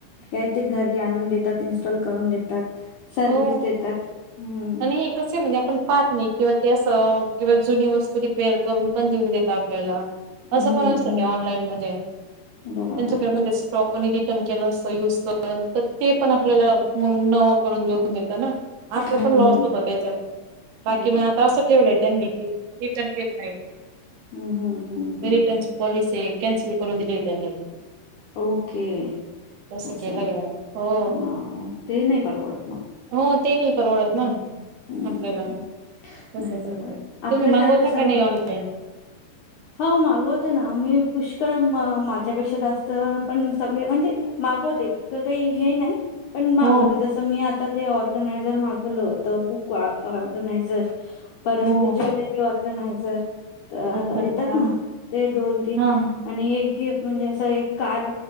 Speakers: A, on the left; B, on the right.
A: आहे ते घरी आणून देतात इनस्टॉल करून देतात
B: हो.
A: सर्विस देतात हम्
B: आणि हे कसे म्हणजे आपण पाहत नाही किंवा त्या स किंवा जुनी वस्तू रिपेअर करून पण देऊन देत आपल्याला असं
A: हम्म
B: पण असतं
A: हम्म
B: क ऑनलाईन मध्ये त्यांच
A: बरोबर
B: पेमध्ये स्टॉकनी रिटर्न केलं अस युज कर तर ते पण आपल्याला म न नऊन देत ना आप
A: हम्म
B: पण लॉस
A: हम्म
B: होत त्याच्यात बाकी
A: बरोबर
B: मग आता अस ठवलंय त्यांनी कि रि पण के नाही
A: हम्म हम्म हम्म हम्म
B: रिटनची पॉलिसीय. कॅन्सल करून दिली त्यांनी.
A: ओके.
B: तसं
A: असा.
B: केलंय हो.
A: ना ते नाही परवडत मग.
B: हो ते नाही परवडत
A: हम,
B: ना
A: हम्म.
B: आपल्याला तसच
A: नाही परवडत.
B: आहे
A: आपल्यासारखं
B: तुम्ही मागवता
A: सर्व
B: का नाही ऑनलाईन?
A: हो मागवते ना. मी पुष्कळ मा माझ्यापेक्षा जास्त तर पण सगळे. म्हणजे मागवते. तर काही हे नाही. पण मागवते.
B: हो
A: जस मी आता ते, ऑर्गनायझर मागवलं होत. बुक ऑग ऑर्गनायझर परत
B: हो
A: ते, ज्वेलरी ऑर्गनायझर, ता
B: तसच
A: येतात
B: का
A: ना. ते दोन - तीन
B: हा
A: आणि एक गिफ म्हणजे, असं एक कार.